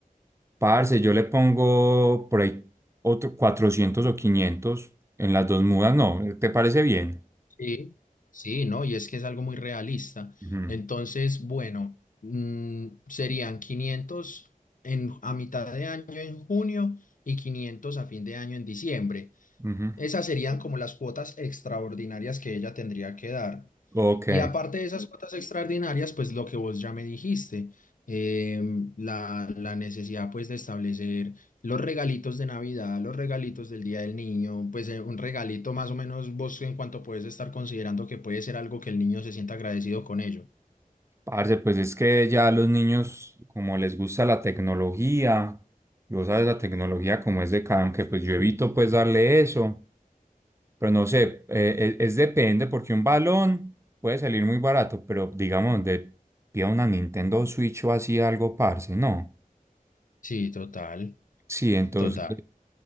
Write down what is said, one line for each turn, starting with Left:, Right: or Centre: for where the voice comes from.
Right: Parce, yo le pongo por ahí otro 400 o 500 en las dos mudas, no, ¿te parece bien?
Left: sí, sí, ¿no? Y es que es algo muy realista.
Right: Ujú.
Left: Entonces, bueno, mm, serían 500 en, a mitad de año en junio y 500 a fin de año en diciembre.
Right: Ujú.
Left: Esas serían como las cuotas extraordinarias que ella tendría que dar.
Right: Ok,
Left: Y aparte de esas cuotas extraordinarias, pues lo que vos ya me dijiste, em, la, la necesidad pues de establecer los regalitos de Navidad, los regalitos del Día del Niño, pues eh, un regalito más o menos vos en cuanto puedes estar considerando que puede ser algo que el niño se sienta agradecido con ello.
Right: parce, pues es que ya los niños, como les gusta la tecnología, y vos sabes la tecnología como es de cada, aunque pues yo evito pues darle eso, pero no sé, eh, es, es depende, porque un balón puede salir muy barato, pero digamos, donde pida una Nintendo Switch o así algo, parce, no.
Left: Sí, total,
Right: Sí, entonces,
Left: total.